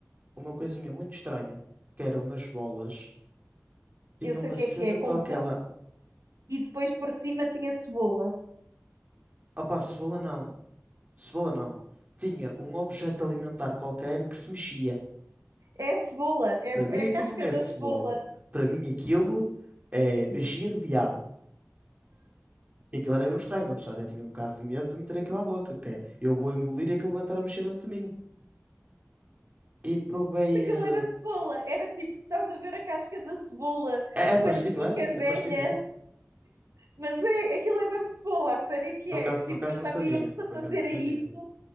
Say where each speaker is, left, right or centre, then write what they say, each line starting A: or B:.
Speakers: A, on the right; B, on the right.
A: uma coisinha muito estranha, que eram umas bolas. Tinha
B: Eu sei
A: uma
B: o que
A: cena
B: é que é,
A: qualquer
B: com pão
A: lá.
B: e depois por cima tinha cebola.
A: Opá, cebola não, cebola não. Tinha um objeto alimentar qualquer que se mexia.
B: É a cebola, é,
A: Para mim
B: é a
A: aquilo
B: casca
A: não é
B: da
A: cebola.
B: cebola.
A: Para mim aquilo é magia do diabo. E aquilo era mesmo estranho, uma pessoa até tinha um bocado de medo de meter aquilo à boca, que é, eu vou engolir e aquilo vai estar a mexer dentro de mim. E provei.
B: aquilo
A: eh,
B: era cebola. Era tipo, estás a ver a casca da cebola
A: É, é parecido,
B: quando fica
A: é?
B: velha,
A: É parecido, é?
B: mas é, aquilo é mesmo cebola, a sério que
A: Por
B: é.
A: acaso,
B: Tipo,
A: por acaso
B: eu
A: não
B: já
A: sabia.
B: vi eles a
A: Por
B: fazerem
A: acaso não sabia.
B: isso